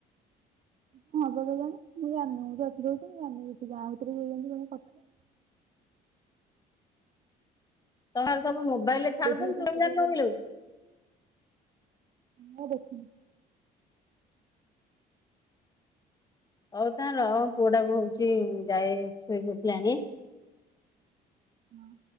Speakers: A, on the right (about 45°); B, on the left (about 20°).
A: କଁ ହବ କେଜାଣି ମୁଁ ଜାଣିନି ମୁଁ ତ ଏକୁଟିଆ ରହୁଛି ମୁଁ ଜାଣିନି କିଛି ଗାଁ ଭିତରେ ଯିଏ ଯେମିତି କଣ କରିଥିବେ।
B: ତମର ସବୁ ମୋବାଇଲରେ ଛାଡୁଛନ୍ତି
A: ଦେଖିଲେ ତ
B: ତୁ କାଇଁ
A: ହବ
B: ଜାଣନୁ
A: ବୋଲି
B: କିଲେ।।
A: ମୁଁ ଆଉ ଦେଖୁନି।
B: ହଉ ତା ରହ ପୁଅଟାକୁ ହଉଚି ଯାଏ ଶୋଇକି ଉଠିଲାଣି।
A: ହଁ।